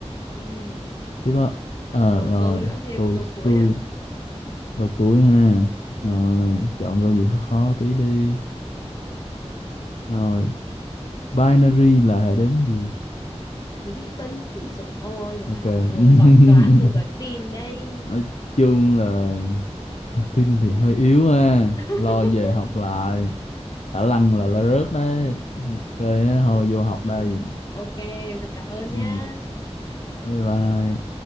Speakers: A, on the left; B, on the left.
A: ừ
B: tiếp á Ờ,
A: Rồi
B: rồi
A: câu nữa thêm
B: tôi
A: một câu cuối
B: tôi
A: nào.
B: câu cuối ha rồi
A: Ừ.
B: chọn câu gì khó khó tí đi rồi binary là hệ đếm gì
A: Đếm nhị phân. Ui Dồi ôi, người ta
B: Ok.
A: học vừa
B: <laughs>
A: giỏi toán vừa giỏi tin đây.
B: Nói chung là tin thì hơi yếu ha.
A: <laughs>
B: Lo về học lại. Khả năng là là rớt đấy. Ok, á,
A: Rồi
B: thôi vô học
A: để xem.
B: đây.
A: Ok, rồi cảm ơn nha.
B: Ừ. Bye bye.